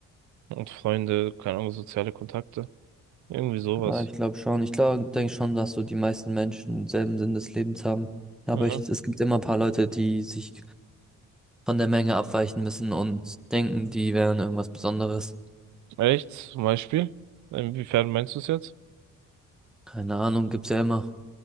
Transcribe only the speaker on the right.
Und Freunde, keine Ahnung, soziale Kontakte. Irgendwie sowas.
Mhm.
Echt? Zum Beispiel? Inwiefern meinst du es jetzt?